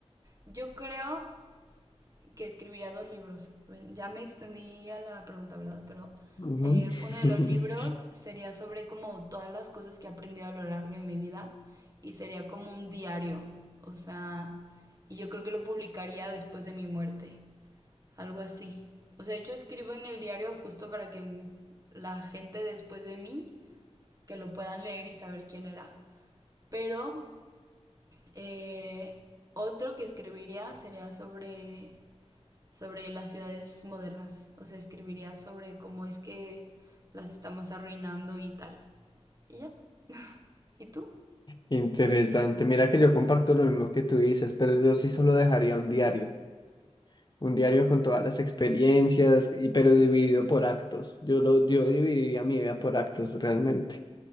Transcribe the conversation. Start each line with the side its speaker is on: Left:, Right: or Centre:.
Right: Yo creo que escribiría dos libros. Ya me extendí a la pregunta, ¿verdad? Pero
Left: Ujú.
Right: eh,
Left: <laughs>
Right: uno de los libros sería sobre como todas las cosas que he aprendido a lo largo de mi vida y sería como un diario, o sea, y yo creo que lo publicaría después de mi muerte, algo así. O sea, de hecho escribo en el diario justo para que la gente después de mí que lo puedan leer y saber quién era. Pero eh, otro que escribiría sería sobre, sobre las ciudades modernas. O sea, escribiría sobre cómo es que las estamos arruinando y tal. Y ya. ¿Y tú?
Left: Interesante. Mira que yo comparto lo mismo que tú dices, pero yo sí solo dejaría un diario. Un diario con todas las experiencias, y, pero dividido por actos. Yo lo, yo dividiría mi vida por actos realmente.